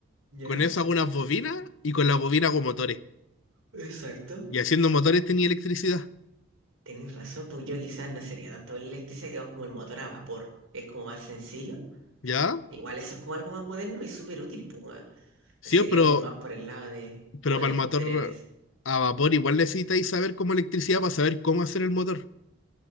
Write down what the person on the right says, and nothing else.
¿Ya?
Exacto.
Tenés razón, pues yo quizás no sería tanto la electricidad, que es como el motor a vapor, que es como más sencillo.
Igual eso es como algo más moderno y súper útil, pues, weón.
Sería
como más por el lado de, como
de
trenes.